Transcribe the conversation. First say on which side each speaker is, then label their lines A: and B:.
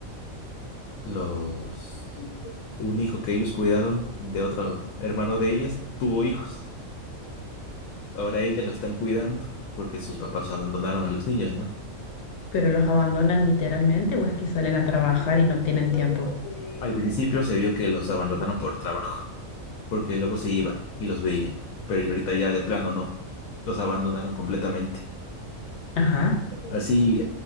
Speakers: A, on the left; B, on the left.
A: los un hijo que ellos cuidaron de otro hermano de ellas tuvo hijos. Ahora ellas lo están cuidando porque sus papás abandonaron a los niños, ¿no?
B: pero los abandonan literalmente o es que salen a
A: Te
B: trabajar
A: mandé dos,
B: y
A: tres
B: no
A: juguitos
B: tienen tiempo.
A: de esos de Al principio se vio que los abandonaron por trabajo, porque luego se iban y los veían, pero ya ahorita ya de plano no, los abandonaron completamente.
B: Ajá.
A: Así,